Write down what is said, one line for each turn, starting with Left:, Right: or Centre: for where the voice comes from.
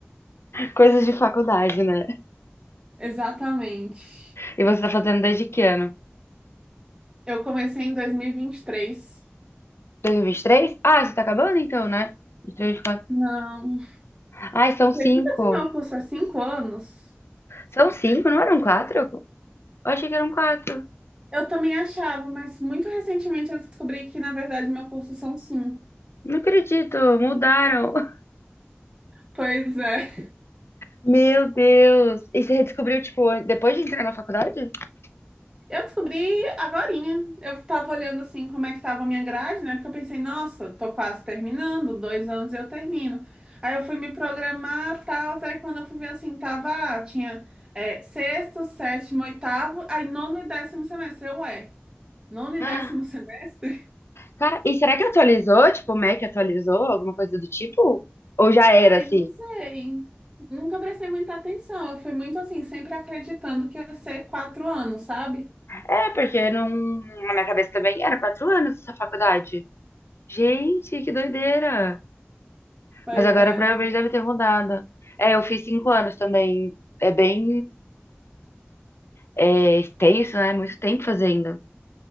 Left: Coisas de faculdade, né?
Right: Exatamente.
Left: E você tá fazendo desde que ano?
Right: Eu comecei em dois mil e e vinte e três.
Left: dois, mil e vinte e três. Ah, você tá acabando então, né? 23, quatro.
Right: Não.
Left: Ai, são cinco.
Right: Acredita que meu curso é cinco anos?
Left: São cinco, não eram quatro? Eu achei que eram quatro.
Right: Eu também achava, mas muito recentemente eu descobri que, na verdade, meu curso são cinco.
Left: Não acredito, mudaram. <laughs>
Right: Pois é.
Left: Meu Deus. E você descobriu, tipo, depois de entrar na faculdade? <gasps>
Right: Eu descobri agorinha. Eu tava olhando assim como é que tava a minha grade, né? Porque eu pensei, nossa, tô quase terminando, dois anos eu termino. Aí eu fui me programar, tal, aí quando eu fui ver assim, tava, ah, tinha é, sexto, sétimo, oitavo, aí nono e décimo semestre. Eu, ué, nono e
Left: Ah,
Right: décimo semestre?
Left: Cara, e será que atualizou? Tipo, o Mac atualizou? Alguma coisa do tipo? Ou já
Right: <laughs>
Left: era
Right: Ai,
Left: assim?
Right: não sei. Nunca prestei muita atenção. Eu fui muito assim, sempre acreditando que ia ser quatro anos, sabe?
Left: É, porque não... na minha cabeça também era quatro anos essa faculdade. Gente, que doideira.
Right: Pois
Left: Mas agora
Right: é.
Left: provavelmente deve ter mudado. É, eu fiz cinco anos também. É bem é, extenso, né? Muito tempo fazendo.